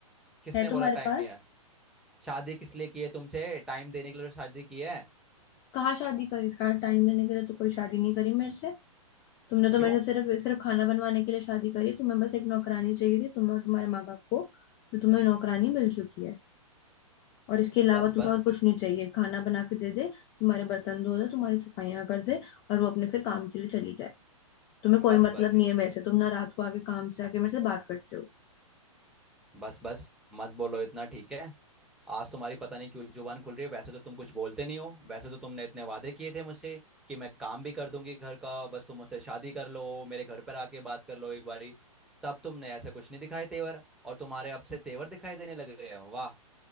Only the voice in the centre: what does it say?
किसने
बोला टाइम
नहीं है शादी किस लिए की है तुमसे टाइम देने के लिए तो शादी की है
क्यों
बस
बस
बस
बस इत,
बस बस मत बोलो इतना ठीक है आज तुम्हारी पता नहीं क्यों जुबान खुल रही है वैसे तो तुम कुछ बोलते नहीं हो वैसे तो तुमने इतने वादे किए थे मुझसे कि मैं काम भी कर दूंगी घर का बस तुम मुझसे शादी कर लो मेरे घर पर आके बात कर लो एक बारी तब तुमने ऐसा कुछ नहीं दिखाए तेवर और तुम्हारे अब से तेवर दिखाई देने लग रहे हैं वाह